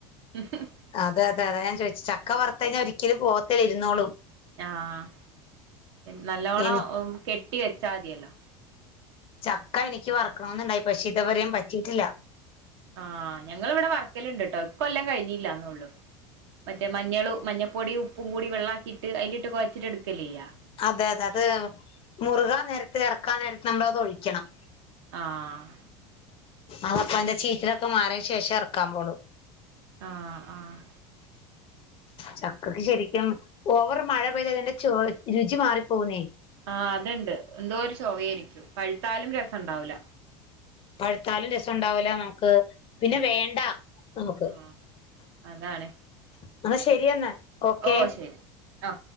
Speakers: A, on the right; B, on the left.
A: ഉ
B: അതെ അതെ അതാ ഞാൻ ചോദിച്ചെ ചക്ക വറുത്ത് കഴിഞ്ഞാ ഒരിക്കലും പോത്തില്ല ഇരുന്നോളും
A: ആഹ് നല്ലോണം
B: എനി
A: കെട്ടി വെച്ചാ മതിയല്ലോ
B: ചക്ക എനിക്ക് വറക്കണമെന്നുണ്ടായി പക്ഷെ ഇത്വരെയും പറ്റിയിട്ടില്ല
A: ആഹ് ഞങ്ങള് ഇവിടെ വർക്കലിണ്ട് കേട്ടോ ഇപ്പൊ എല്ലാം കഴിഞ്ഞല്ലാന്ന ഉള്ളൂ മറ്റേ മഞ്ഞളും മഞ്ഞപ്പൊടിയും ഉപ്പും കൂടി വെള്ളംക്കിയിട്ട് അതിലിട്ട് കൊഴച്ചിട്ട് എടുക്കുയല്ലേ ചെയ്ക
B: അതെ അതെ അത് മുറുകാ നേരത്ത് എറക്കാൻ നേരത്ത് നമ്മള് അത് ഒഴിക്കണം
A: ആഹ്
B: അപ്പ എന്റെ ചീറ്റിലൊക്കെ മാറിയെനു ശേഷം എറക്കാൻ പോണു
A: ആഹ് ആഹ്
B: ചക്കക്ക് ശരിക്കും ഓവർ മഴ പെയ്ത അതിന്റെ ചൊള രുചി മാറിപ്പോകുന്നേ
A: ആഹ് അത് ഇണ്ട് എന്തോ ഒരു ചൊവയായിരിക്കും പഴുത്താലും രസം ഉണ്ടാവൂല
B: പഴുത്താലും രസംഉണ്ടാവൂല നമുക്ക് പിന്നെ വേണ്ട- നമുക്ക്
A: ആഹ് അതാണ്
B: അന്നാ ശരിയെന്നാ ഓക്കെ
A: ഓ ശരി ആ